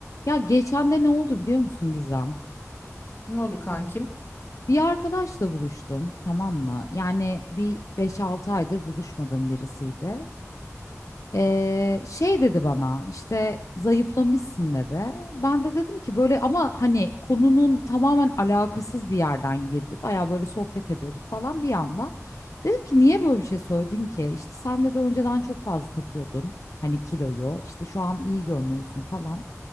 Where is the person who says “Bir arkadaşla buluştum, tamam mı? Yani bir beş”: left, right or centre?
Left